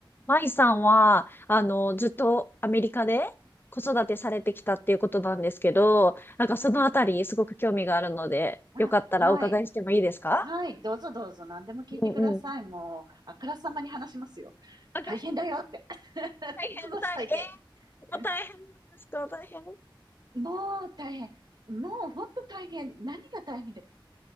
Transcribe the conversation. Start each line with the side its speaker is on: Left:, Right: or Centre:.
Left: 舞さんは、あの、ずっとアメリカで子育てされてきたっていうことなんですけど、なんかそのあたりすごく興味があるので、
Right: あ、
Left: よかったらお伺いしてもいいですか
Right: はい。はい。どうぞどうぞ。何でも聞いてください。
Left: うんうん。
Right: もう、あからさまに話しますよ。
Left: あ、
Right: 大変だよって。
Left: 大
Right: <laughs>
Left: 変、
Right: 覚悟しといて。
Left: 大変。えー
Right: <laughs>
Left: もう大変ですか大変。う
Right: もう大変。もう本当大変。何が大変で。